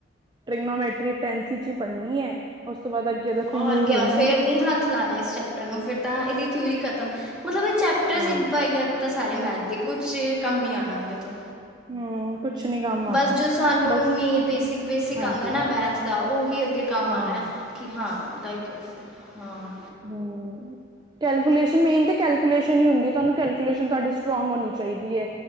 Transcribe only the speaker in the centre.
ਔਰ
ਕਿਆ
ਫਿਰ
ਨੀ ਹੱਥ ਚਲਾਣੇ ਇਸ ਚੈਪਟਰ ਨੂੰ, ਫਿਰ ਤਾਂ ਇਹਦੀ ਥਿਊਰੀ ਖਤਮ ਮਤਲਬ ਇਹ ਚੈਪਟਰ
ਈ ਬਾਈਯਾਤ ਯਾਤ ਸਾਰੇ ਮੈਥ ਦੇ ਕੁਛ ਚ ਕੰਮ ਨੀ ਆਉਣਾ ਇਹਦੇ ਤੋਂ
ਬਸ ਜੋ ਸਾਨੂੰ
ਮ ਬੇਸਿਕ ਬੇਸਿਕ
ਆਉਂਦਾ ਨਾ ਮੈਥ ਦਾ ਉਹੀ ਅੱਗੇ ਕੰਮ
ਆਣਾ। ਕਿ ਹਾਂ ਲਾਈਕ, ਹਾਂ